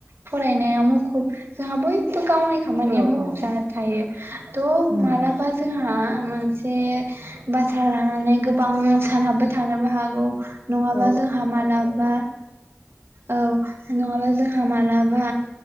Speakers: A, on the right; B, on the right.
A: फरायनायाव मुखुब जोंहा बयबो गावनि खामानियाव
B: औ
A: मुखुब
B: औ
A: जाना थायो थ
B: उम
A: मालाबा जोंहा ओ मोनसे बाथ्रा लानानै गोबां सानहाबबाय थानोबो हागौ। नङाबा
B: औ
A: जोंहा मालाबा औ नङाबा जोंहा मालाबा